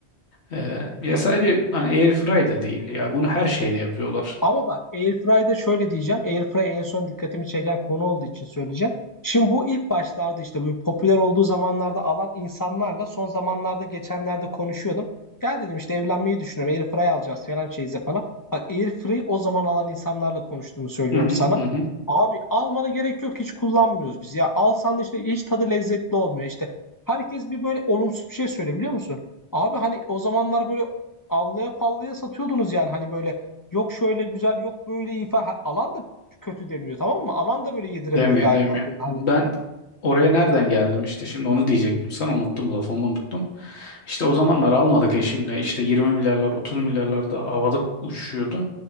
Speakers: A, on the left; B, on the left.
A: Ee, ya sadece hani air fry da değil ya. Bunu her şeyde yapıyorlar.
B: Ama bak Airfry'da şöyle diyeceğim. Airfry en son dikkatimi çeken konu olduğu için söyleyeceğim. Şimdi bu ilk başlarda işte bu popüler olduğu zamanlarda alan insanlarla son zamanlarda geçenlerde konuşuyordum. Gel dedim işte evlenmeyi düşünüyorum. Airfry alacağız falan şeyize falan. Bak Airfry o zaman alan insanlarla konuştuğumu söylüyorum
A: Hı hı
B: sana.
A: hı. hı.
B: Abi almana gerek yok hiç kullanmıyoruz biz. Ya alsan da işte hiç tadı lezzetli olmuyor. İşte herkes bir böyle olumsuz bir şey söyle, biliyor musun? Abi hani o zamanlar böyle allaya pallaya satıyordunuz yani hani böyle Yok şöyle güzel, yok böyle iyi falan. Ha, Alan da kötü demiyor tamam mı? Alan da böyle yediremiyor
A: Demiyor,
B: galiba.
A: demiyor.
B: Hani
A: Ben oraya nereden geldim işte şimdi onu diyecektim sana unuttum lafımı unuttum. İşte o zamanlar almadık eşimle işte 20 milyarlar 30 milyarlar da havada uçuşuyordu.